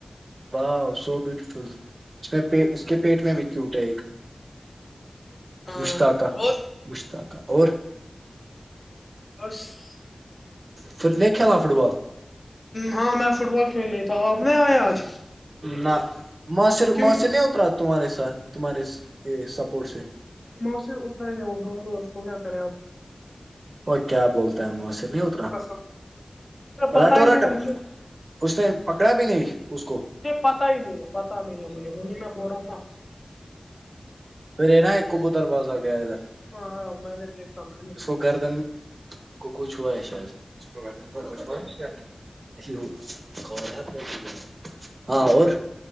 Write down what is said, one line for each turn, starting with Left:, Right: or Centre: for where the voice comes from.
Right: واہ سو بیوٹیفل اس میں اس کے پیٹ میں بھی کیوٹ ہے ایک
Left: ہاں
Right: مشتاقہ
Left: اور
Right: مشتاقہ اور
Left: بس
Right: پھر نہیں کھیلا فٹبال
Left: ہاں میں فٹ بال کھیلنا تھا آپ نہیں آیے آج
Right: نہ وہاں سےر
Left: کیوں
Right: وہاں سے نہیں اترا تمہارے ساتھ تمہارے یہ سپورٹ سے
Left: موسن اتر ہی نہیں وہ گاؤ کو کیا کرے اب
Right: اور کیا بولتا ہےماسرر نہیں اترا
Left: قسم مجھے پتا
Right: رٹو
Left: ہی
Right: رٹ
Left: نہیں ہے مجھے
Right: اس نے پکڑا بھی نہیں اس کو
Left: مجھے پتا ہی نہیں ہے پتا نہیں ہے مجھے وہیں میں بول رہا نا
Right: پھر یہ نا ایک کبوتر بازار گیا ادھر
Left: ہاں م میں نے دیکھا میں نے
Right: اس
Left: دیکھا
Right: کو گردن کو کچھ ہوا ہے شاید <unintelligible> ہاں اور